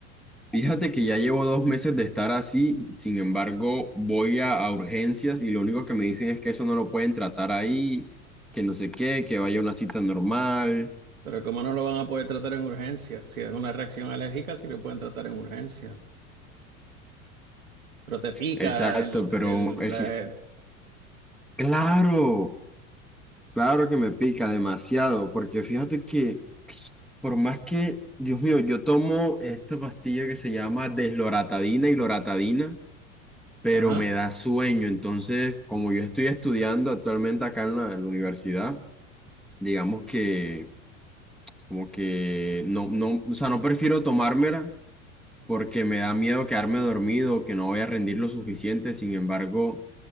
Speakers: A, in the centre; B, on the right.
A: Fíjate que ya llevo dos meses de estar así, sin embargo, voy a, a urgencias y lo único que me dicen es que eso no lo pueden tratar ahí, que no sé qué, que vaya a una cita normal.
B: Pero como no lo van a poder tratar en urgencia, si es una reacción alérgica, sí lo pueden tratar en urgencia. Pero te pica
A: Exacto,
B: el,
A: pero
B: el,
A: el
B: la-
A: sistema, claro, claro que me pica demasiado, porque fíjate que por más que, Dios mío, yo tomo esta pastilla que se llama desloratadina y loratadina, pero
B: Ajá.
A: me da sueño, entonces, como yo estoy estudiando actualmente acá en la en la universidad, digamos que Como que no, no, o sea, no prefiero tomármela porque me da miedo quedarme dormido, que no voy a rendir lo suficiente. Sin embargo,